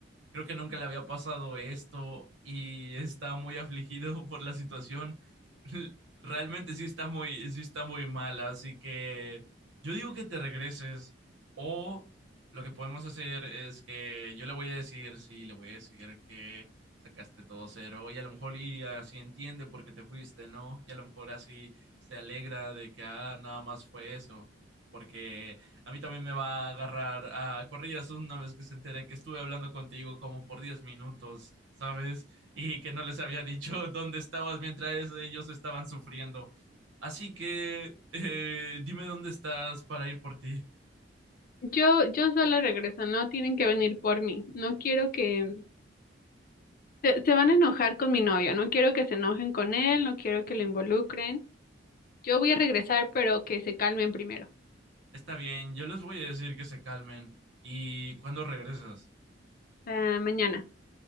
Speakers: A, on the right; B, on the left.
A: creo que nunca le había pasado esto y está muy afligido <laughs> por la situación. <laughs> Realmente sí está muy, sí está muy mal, así que yo digo que te regreses o lo que podemos hacer es que yo le voy a decir, sí, le voy a decir que sacaste todo cero y a lo mejor y así entiende por qué te fuiste, ¿no? Y a lo mejor así se alegra de que ah, nada más fue eso, porque a mí también me va a agarrar a corrillas una vez que se entere que estuve hablando contigo como por 10 minutos, ¿sabes? Y que no les había dicho <laughs> dónde estabas mientras ellos estaban sufriendo. Así que eh, dime dónde estás para ir por ti.
B: Yo, yo solo regreso, no tienen que venir por mí. No quiero que se, se van a enojar con mi novio, no quiero que se enojen con él, no quiero que lo involucren. Yo voy a regresar, pero que se calmen primero.
A: Está bien, yo les voy a decir que se calmen. ¿Y cuándo regresas?
B: Ah, mañana.